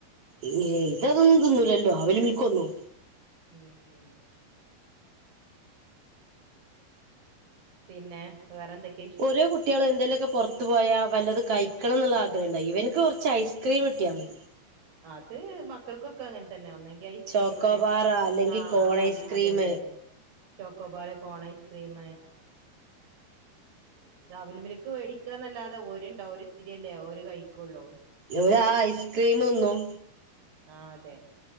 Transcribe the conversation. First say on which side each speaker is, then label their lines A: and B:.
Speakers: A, on the right; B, on the right.
A: ഏയ്‌ ഇതതൊന്നും ത് ന്നൂലല്ലോ അവിൽ മി ൽക്കൊന്നും
B: ഉം ഉം പിന്നെ വേറെന്തെക്
A: ഓരേ കുട്ട്യേള് എന്തെലൊക്കെ പൊർ ത്തു പോയാ വല്ലതും കയിക്കണം ന്ന് ള്ള ആഗ്രഹണ്ടായി ഇവന്ക്ക് കൊറ്ച്ച് ഐസ്ക്രീം കട്ടിയാ മതി
B: അത് മക്കൾക്കൊക്കെ അങ്ങൻ തന്നെ ഒന്നെങ്കി ഐ സ്ക്രീം
A: ചോക്കോബാർ അല്ലെങ്കിൽ
B: ആഹ്
A: കോൺ
B: അല്ല
A: ഐസ്ക്രീം
B: അതെ അതെ അതെ ചോക്കോബാറ് കോൺ ഐസ്ക്രീം ദവിൽമിൽക്ക് വേടിക്കാന്നല്ലാതെ ഓര്ണ്ടോ ഒരിത്തിരിയല്ലേ ഒര് കയിക്കൊള്ളൂ
A: ഓര് ആ ഐസ്ക്രീം ന്നും
B: ആഹ് അതെ